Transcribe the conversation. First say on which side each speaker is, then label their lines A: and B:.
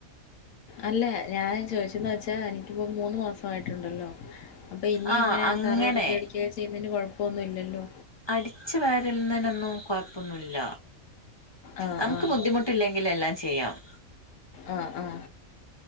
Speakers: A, on the left; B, on the left.
A: അല്ല ഞാൻ ചോദിച്ചെന്ന് വെച്ചാ എനിക്കിപ്പോ മൂന്ന് മാസായിട്ടുണ്ടല്ലോ അപ്പോ ഇനി
B: ആഹ്
A: എങ്ങനെ
B: അങ്ങനെ
A: തറൊടക്ക്യ അടക്കിന്നും ചെയ്യുന്നതിന് കൊഴപ്പന്നുല്ലല്ലോ
B: അടിച്ചു വാരലിന്നൊന്നും കൊഴപ്പൊന്നുല്ല
A: ആഹ്
B: നമുക്ക്
A: ആഹ്
B: ബുദ്ധിമുട് ട്ടില്ലെങ്കി എല്ലാം ചെയ്യാം
A: ആ ആ